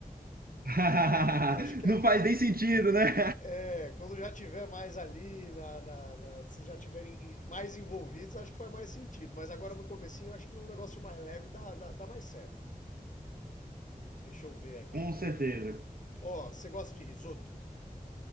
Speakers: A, on the right; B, on the left.
A: <laughs>
B: Acho que
A: Não
B: é quando.
A: faz nem sentido, né? <laughs>
B: É, quando já tiver mais ali, na, na, na- se já tiverem mais envolvidos, acho que faz mais sentido. Mas agora no comecinho, eu acho que um negócio mais leve dá, dá, dá mais certo. Deixa eu ver aqui.
A: Com certeza.
B: Ó, você gosta de risoto?